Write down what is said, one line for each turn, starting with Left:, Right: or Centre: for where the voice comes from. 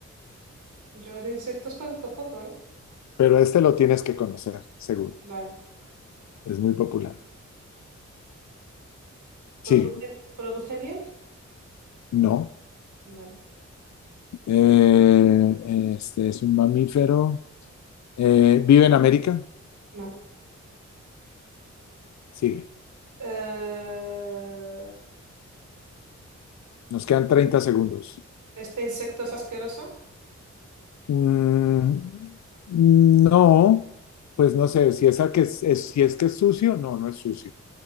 Right: Yo de insectos conozco poco, ¿eh?
Left: Pero este lo tienes que conocer, seguro.
Right: Vale.
Left: Es muy popular.
Right: ¿Produce,
Left: Sigue.
Right: produce miel?
Left: No.
Right: Vale.
Left: Eh, este es un mamífero. Eh, ¿vive en América?
Right: No.
Left: Sigue.
Right: Eh,
Left: Nos quedan 30 segundos.
Right: este insecto es asqueroso.
Left: Mm, no, pues no sé, si, es a que es, es- si es que es sucio, no, no es sucio.